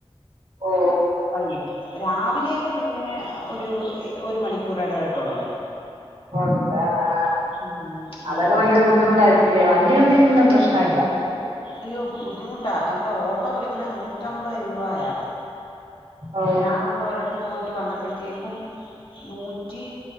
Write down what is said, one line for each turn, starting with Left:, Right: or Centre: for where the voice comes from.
Right: ഓ
Left: വൈകിട്ട് ലേക്ക് പിന്നെ ഒരു ഏ ഒരു മണിക്കൂർ എടവിട്ടൊണ്ട്
Right: ഒണ്ടാ ങാ
Left: ഉം
Right: അതൊക്കെ
Left: അങ്ങനെ
Right: ഭയങ്കര ബുദ്ധിമുട്ടായി ഇല്ലേ വണ്ടി ഒണ്ടെങ്കി പിന്നെ പ്രശ്നംല്ല
Left: അയ്യോ ബുദ്ധിമുട്ടാ എവിടെ ഓട്ടോ വിളി ക്കണേ നൂറ്റമ്പത് രൂപായാ അപ്പം
Right: ഓ
Left: ഞാൻ ഇന്ന് ഒരിടത്ത് പോയി ട്ട് വന്നപ്പോഴത്തേക്കും നൂ റ്റി